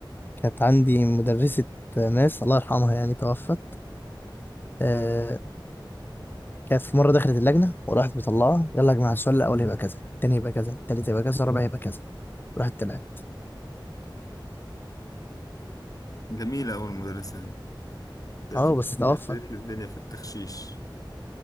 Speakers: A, on the left; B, on the left.
A: كانت عندي مدرسة ماس الله يرحمها يعني توفت آه كانت في مرة دخلت اللجنة وراحت مطلعة يلا يا جماعة السؤال الأول هيبقى كذا التاني هيبقى كذا التالت هيبقى كذا الرابع هيبقى كذا راحت طلعت
B: جميلة أوي المدرسة دي ده
A: اه
B: قفلت
A: بس توفى
B: لي قفلت لي الدنيا في التخشيش